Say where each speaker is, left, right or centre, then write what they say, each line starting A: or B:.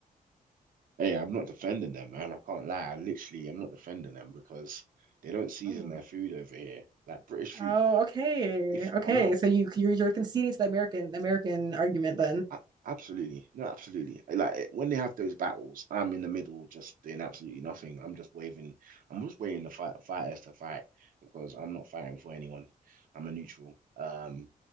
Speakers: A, on the right; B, on the right.
A: Hey, I'm not defending them, man. I can't lie. I literally, I'm not defending them because they don't season
B: Oh.
A: their food over here. Like British food,
B: Oh, okay.
A: if
B: Okay.
A: I'm not,
B: So you you're, you're conceding to the American American argument then.
A: a- absolutely, no, absolutely. Like it- when they have those battles, I'm in the middle, just doing absolutely nothing. I'm just waving. I'm just waiting the fight fighters to fight because I'm not fighting for anyone. I'm a neutral. Um,